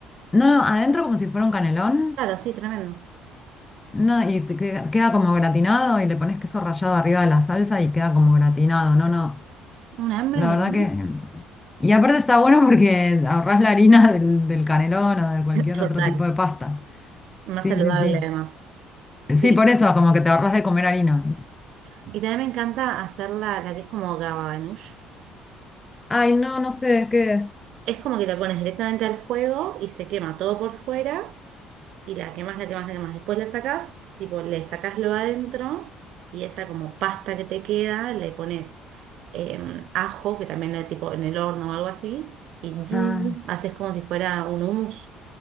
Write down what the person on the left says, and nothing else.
No, no, adentro como si fuera un canelón.
No, y te queda, queda como gratinado y le pones queso rallado arriba de la salsa y queda como gratinado. No, no,
la
verdad
que... Y aparte está bueno porque ahorrás la harina del, del canelón o de cualquier
otro tipo de pasta.
Sí,
sí, sí.
Sí, por eso, como que te ahorras de comer harina.
Ay, no, no sé de qué es.
Ah,